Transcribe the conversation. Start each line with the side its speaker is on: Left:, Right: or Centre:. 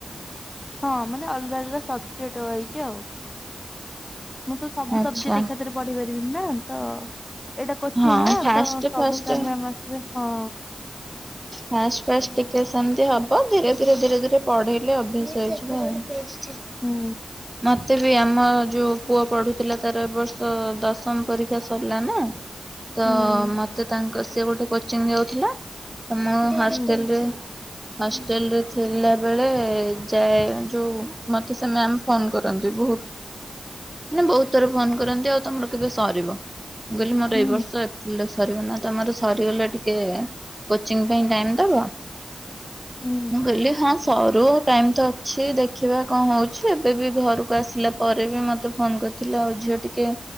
Left: ହଁ ମାନେ ଅଲଗା ଅଲଗା ସବଜେକ୍ଟ ରହିଛି ଆଉ ମୁଁ ତ ସବୁ
Right: ଆଚ୍ଛା
Left: ସବଜେକ୍ଟା ଏକା ସେଥିରେ ପଢି ପାରିବିନି ନା ତ ଏଇଟା କୋଚିଙ୍ଗ
Right: ହଁ
Left: ନା
Right: ଫାଷ୍ଟ
Left: ତ ସବୁ
Right: ଫାଷ୍ଟ
Left: ସାର୍ ମ୍ୟାମ ଆସି ଇରେ, ହଁ।
Right: ଫାଷ୍ଟ ଫାଷ୍ଟ ଟିକେ ସେମତି ହବ ଧୀରେ ଧୀରେ ଧୀରେ ଧୀରେ ପଢେଇଲେ ଅଭ୍ୟାସ ହେଇଯିବ ଆଉ।
Left: ହୁଁ
Right: ମତ୍ ଏତେ ବି ଆମ ଯୋଉ ପୁଅ ପଢୁଥିଲା ତାର ଏ ବର୍ଷ ଦଶମ ପରୀକ୍ଷା ସରିଲା ନା ତ
Left: ହୁଁ।
Right: ମତେ ତାଙ୍କ ସିଏ ଗୋଟେ କୋଚିଂ ଯାଉଥିଲା ମୁଁ ହଷ୍ଟେଲ
Left: ହୁଁ
Right: ରେ ହଷ୍ଟେଲ ରେ ଥିଲା ବେଳେ ଯାଏ ଯୋଉ ମତେ ସେ ମ୍ୟାାମ ଫୋନ କରନ୍ତି ବହୁତ ମାନେ ବହୁତ ଥର ଫୋନ କରନ୍ତି ଆଉ ତମର କେବେ ସରିବ। ମୁ କହିଲି ମୋର
Left: ହୁଁ
Right: ଏଇ ବର୍ଷ ଏପ୍ରିଲରେ ସରିବ ନା ତମର ସରିଗଲେ ଟିକେ କୋଚିଂ ପାଇଁ ଟାଇମ ଦବ
Left: ହୁଁ
Right: ମୁଁ କହିଲି ହଁ। ସରୁ ଟାଇମ୍ ତ ଅଛି ଦେଖିବା କଅଁ ହଉଛିଏବେ ବି ଘରକୁ ଆସିଲା ପରେ ବି ମୋତେ ଫୋନ୍ କରି ଥିଲା ଆଉ ଝିଅ ଟିକେ